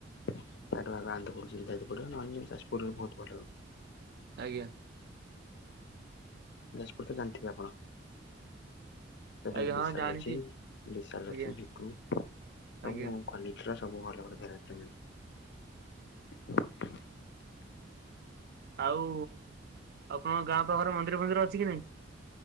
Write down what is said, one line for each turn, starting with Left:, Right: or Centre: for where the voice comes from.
Left: ତାଠୁ ଆଗ ଆନ୍ଦପୁର କି ଯାଜପୁର ପଡିବ ନହେଲେ ଯାଜପୁରରେ ବହୁତ ଭଲ।
Right: ଆଜ୍ଞା।
Left: ଯାଜପୁର ତ ଜାଣିଥିବେ ଆପଣ? ସେଠି
Right: ଆଜ୍ଞା ହଁ
Left: ବିଶାଲ
Right: ଜାଣିଛି
Left: ଅଛି ବିଶାଲ
Right: ଆଜ୍ଞା
Left: ଅଛି ଭିକୁ ସବୁ
Right: ଆଜ୍ଞା
Left: କ୍ୱାଲିଟିର। ସବୁ ଭଲ ଭଲ ଭେରାଇଟିର ମିଳେ।
Right: ଆଉ ଆପଣଙ୍କ ଗାଁ ପାଖରେ ମନ୍ଦିର ଫନ୍ଦିର ଅଛି କି ନାଇଁ।